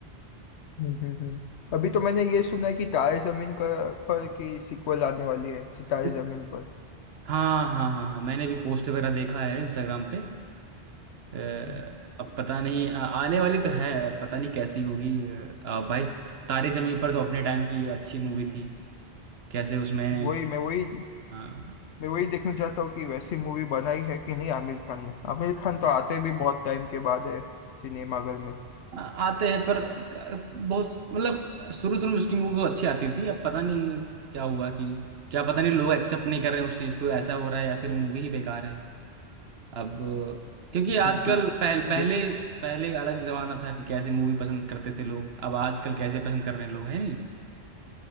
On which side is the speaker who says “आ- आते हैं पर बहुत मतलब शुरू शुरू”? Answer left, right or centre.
Right